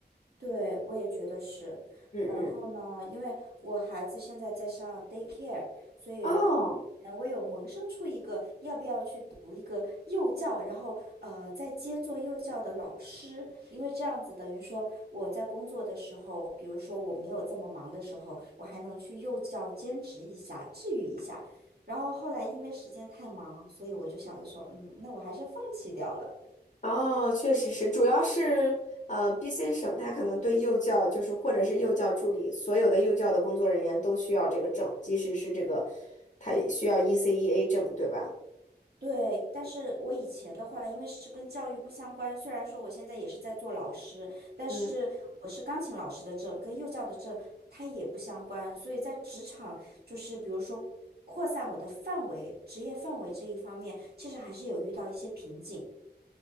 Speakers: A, on the right; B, on the left.
A: 对，我也觉得是。
B: 嗯嗯，
A: 然后呢，因为我孩子现在在上 daycare，所以
B: 哦。
A: 呃我有萌生出一个要不要去读一个幼教，然后呃再兼做幼教的老师，因为这样子等于说我在工作的时候，比如说我没有这么忙的时候，我还能去幼教兼职一下，治愈一下。然后后来因为时间太忙，所以我就想着说，嗯，那我还是放弃掉了。
B: 哦，确实是，主要是呃，BC 省它可能对幼教就是或者是幼教助理，所有的幼教的工作人员都需要这个证，即使是这个，它需要 ECEA 证，对吧？
A: 对，但是我以前的话，因为是跟教育不相关，虽然说我现在也是在做老师，但是我是钢琴老师的证，
B: 嗯，
A: 跟幼教的证它也不相关，所以在职场就是比如说扩散我的范围、职业范围这一方面，其实还是有遇到一些瓶颈。